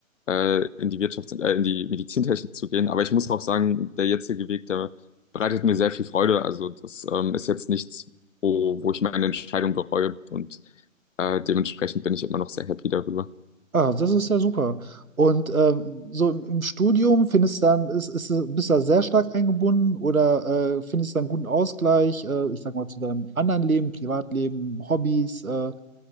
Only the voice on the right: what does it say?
Ah, das ist ja super. Und ähm, so im, im Studium findest du dann, ist, ist, bist du da sehr stark eingebunden oder äh, findest du einen guten Ausgleich, äh, ich sag mal, zu deinem anderen Leben, Privatleben, Hobbys, äh,